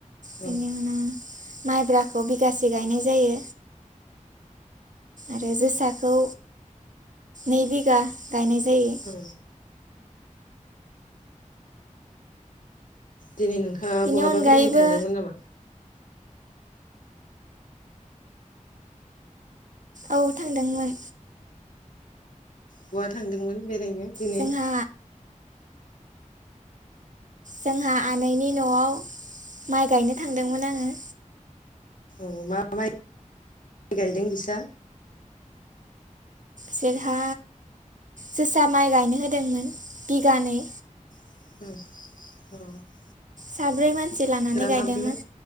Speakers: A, on the left; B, on the right.
A: ओ।
B: बेनि उनाव माइब्राखौ बिगासे गायनाय जायो आरो जोसाखौ नै बिगा गायनाय जायो
A: अ दिनै नोंथाङा
B: बेनि
A: बहाबा
B: अनगायैबो
A: बेरायनो थांदोंमोन नामा?
B: औ थांदोंमोन
A: बहा थांदोंमोन बेरायनो दिनै
B: जोंहा जोंहा आनैनि न'आव माइ गायनो थांदोंमोन आङो
A: औ मा माइ गायदों बिसा
B: जेरहा जोसा माइ गायनो होदोंमोन बिगानै
A: उम अ
B: साब्रै मानसि लानानै गायदोंमोन।
A: माबायदिमोन